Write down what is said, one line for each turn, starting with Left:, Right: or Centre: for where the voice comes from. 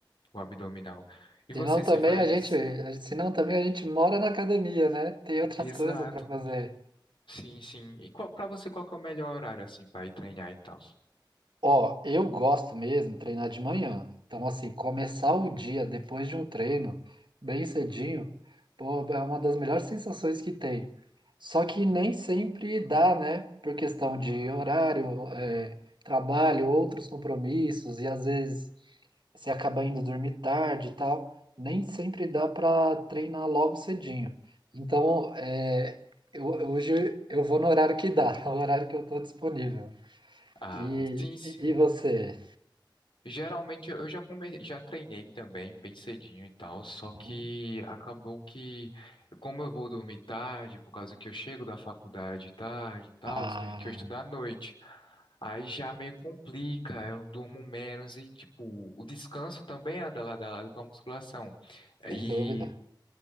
Left: o abdominal. E você,
Right: senão
Left: você
Right: também
Left: faz?
Right: a gente, a- gente- senão também a gente mora na academia, né? Tem outras
Left: Exato,
Right: coisas para fazer.
Left: sim, sim. E qual, para você, qual que é o melhor horário, assim, para ir treinar e tal?
Right: Ó, eu gosto mesmo de treinar de manhã. Então, assim, começar o dia depois de um treino, bem cedinho, pô, é uma das melhores sensações que tem. Só que nem sempre dá, né? Por questão de horário, é, trabalho, outros compromissos, e às vezes você acaba indo dormir tarde e tal. Nem sempre dá para treinar logo cedinho. Então, é, eu, hoje eu vou no horário que dá, <laughs> no horário que eu estou disponível.
Left: Ah,
Right: E,
Left: sim, sim.
Right: e e você?
Left: Geralmente eu já come... já treinei também, bem cedinho e tal, só
Right: Hum.
Left: que acabou que, como eu vou dormir tarde, por causa que eu chego da faculdade tarde e tal,
Right: Ah,
Left: que que eu estudo à noite, aí já meio complica, eu durmo menos e, tipo, o descanso também anda lado a lado com a musculação.
Right: sem
Left: E
Right: dúvida.